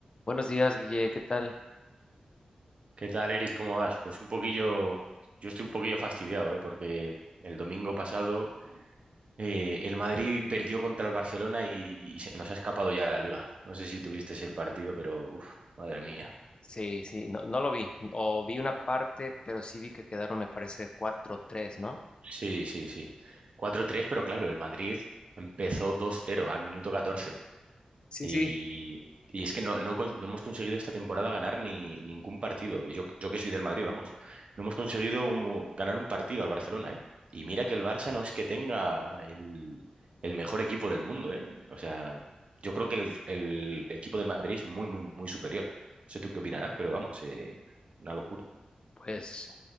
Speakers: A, on the left (about 40°); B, on the right (about 50°).
A: Buenos días, Guille, ¿qué tal?
B: ¿Qué tal, Eric? ¿Cómo vas? Pues un poquillo, yo estoy un poquillo fastidiado, ¿eh? Porque el domingo pasado eh, el Madrid perdió contra el Barcelona y, y se nos ha escapado ya la liga. No sé si tuviste el partido, pero uf, madre mía.
A: Sí, sí, no, no lo vi, o vi una parte, pero sí vi que quedaron, me parece, cuatro tres, ¿no?
B: Sí, sí, sí. Cuatro tres, pero claro, el Madrid empezó dos cero al minuto 14.
A: Sí,
B: Y,
A: sí,
B: y es que no, no, cons- no hemos conseguido esta temporada ganar ni ningún partido. Yo, yo que soy del Madrid, vamos. No hemos conseguido un- ganar un partido al Barcelona, ¿eh? Y mira que el Barça no es que tenga el, el mejor equipo del mundo, ¿eh? O sea, yo creo que el, el equipo del Madrid es muy, muy, muy superior. No sé tú qué opinarás, pero vamos, eh, una locura.
A: pues